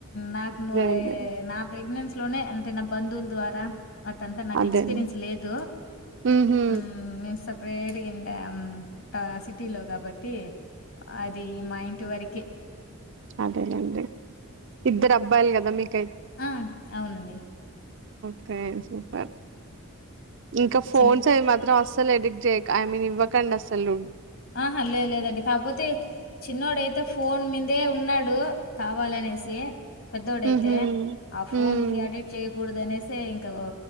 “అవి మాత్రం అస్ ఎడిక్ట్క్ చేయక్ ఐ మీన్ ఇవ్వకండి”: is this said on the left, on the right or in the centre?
Right